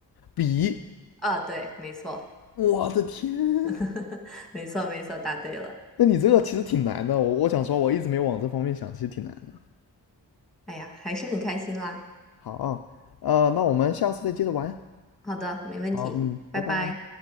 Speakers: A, on the left; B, in the centre.
A: 笔。
B: 啊，对，没错。
A: 我的天，
B: <laughs> 没错，没错，答对了。
A: 那你这个其实挺难的。我我想说，我一直没往这方面想，其实挺难的。
B: 哎呀，还是很开心啦。
A: 好啊，呃，那我们下次再接着玩。
B: 好的，没问题，
A: 好，嗯，
B: 拜拜。
A: 拜拜。